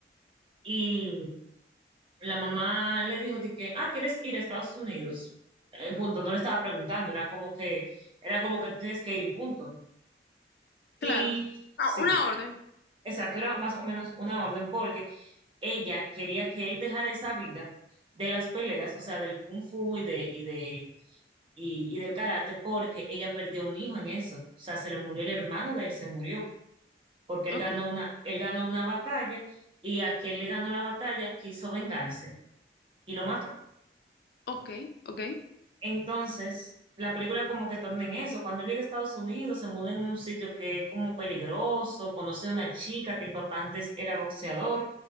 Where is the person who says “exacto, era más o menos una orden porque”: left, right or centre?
Right